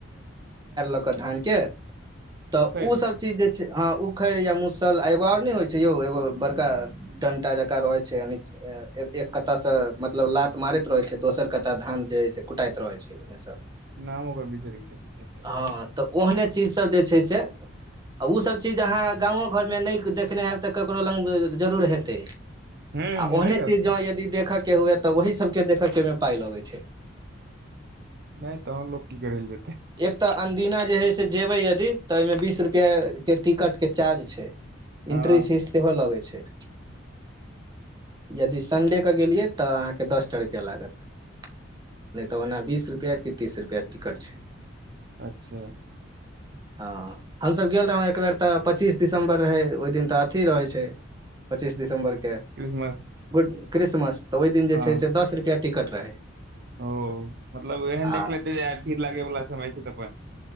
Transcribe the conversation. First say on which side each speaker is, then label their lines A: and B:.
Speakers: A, on the right; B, on the right.
A: ध के त
B: उखैड़
A: ओ सब चीज जे हँ उखड़ या मुसल आ एगो आओर नहि होइ छैय यौ यौ बड़का डंटा जकार रहै छैय यानी एक कत्ता से मतलब लात मारैत रहे छैय दोसर कत्ता धान जे से कुटाैत रहे छैय। <inaudible>
B: नाम ओकर विचार गेली किछ हेतै।
A: हँ तऽ ओहने चीज सब जे छै से ओ सब चीज अहाँ गाँव घर मे नहि देखने हेब तकरो ल जरूर हेतै
B: हुँ
A: आ
B: हेबे
A: ओ
B: करतै
A: चीजह तऽ ओही सभके देखऽके एहिमे पाइ लगै छैय।
B: नहि तहन लोक की करैल जेतै।
A: एक तऽ अन्दिना जे है से जेबे यदि तऽ ओहिमे बीस रुपआ के टिकट के चार्ज छैय।
B: हँ
A: इंट्री फीस सेहो लगै छैय। यदि संडेके गेलियै तऽ अहाँके दस टा रुपैआ लागत। नहि तऽ ओना बीस रुपैआ कि तीस रुपैआके टिकट छैय।
B: अच्छा
A: हँ हमसभ गेल रहौ एक बेेर तऽ पच्चीस दिसम्बर रहै ओहि दिन तऽ अथी रहै छैय। पचीस दिम्बरके।
B: क्रिसमस
A: गुड क्रिसमस तऽ ओहि दिन जे
B: हँ
A: छैय से दस रुपैआ टिकट रहै।
B: ओ मतलब एहन
A: आ
B: देख लेतै जे आ भीड़ लागे वालला समय छैय तऽ अपन